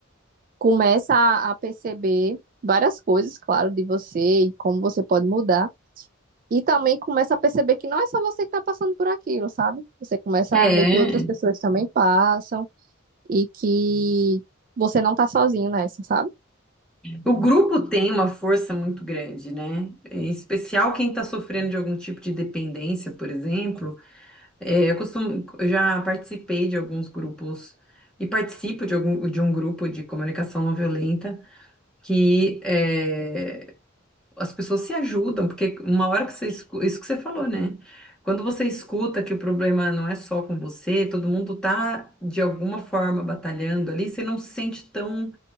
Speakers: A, on the right; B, in the centre.
A: começa a a perceber várias coisas, claro, de você e como você pode mudar. E também começa a perceber que não é só você que está passando por aquilo, sabe? Você começa
B: É,
A: a ver que outras pessoas também passam e que você não tá sozinho nessa, sabe?
B: o grupo tem uma força muito grande, né? Em especial quem está sofrendo de algum tipo de dependência, por exemplo. É, eu costumo, eu já participei de alguns grupos e participo de, algum, de um grupo de comunicação não violenta que é, as pessoas se ajudam, porque uma hora que você escuta, isso que você falou, né? Quando você escuta que o problema não é só com você, todo mundo tá de alguma forma batalhando ali, você não se sente tão